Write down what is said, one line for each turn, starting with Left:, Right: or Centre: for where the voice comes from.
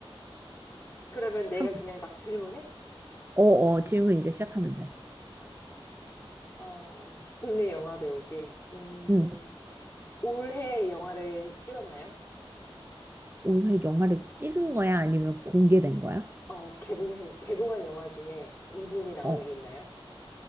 Left: 그러면 내가
Right: 돼.
Left: 그냥 막 질문해?
Right: 어, 어. 질문 이제 시작하면 돼.
Left: 알았어. 어, 국내 영화배우지. 음,
Right: 응.
Left: 올해 영화를 찍었나요?
Right: 올해 영화를 찍은 거야? 아니면 공개된 거야?
Left: 어, 개봉해, 개봉한 영화 중에 이분이 나온
Right: 어.
Left: 게 있나요?